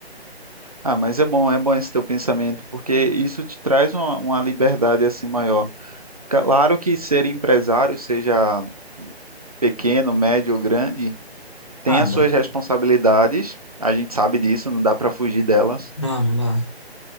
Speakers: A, on the right; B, on the left.
A: Ah, mas é bom, é bom esse teu pensamento, porque isso te traz uma, uma liberdade assim maior. Claro que ser empresário, seja pequeno, médio ou grande, tem
B: Ah,
A: as
B: dá.
A: suas responsabilidades, a gente sabe disso, não dá para fugir delas,
B: Não, não dá.